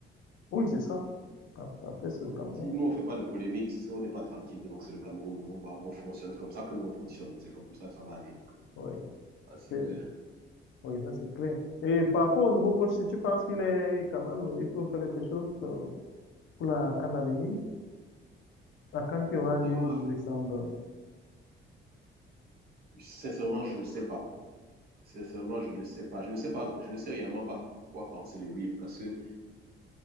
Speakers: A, on the left; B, on the right.
A: oui, c'est ça. Ap- Après, c'est le Cameroun.
B: Si nous, on fait pas de polémique, si on n'est pas tranquille. Donc, c'est le Cameroun. On va, on fonctionne comme ça que nous, on fonctionne. C'est comme ça que ça va aller.
A: Oui,
B: Ah, c'est
A: c'est,
B: clair.
A: oui, ça c'est clair. Et par rapport au nouveau coach, si tu penses qu'il est quand même, euh, il peut faire quelque chose euh, pour la CAN à venir, la CAN qui aura lieu
B: Oh,
A: en décembre.
B: sincèrement, je ne sais pas. Sincèrement, je ne sais pas. Je ne sais pas. Je ne sais réellement pas quoi penser de lui parce que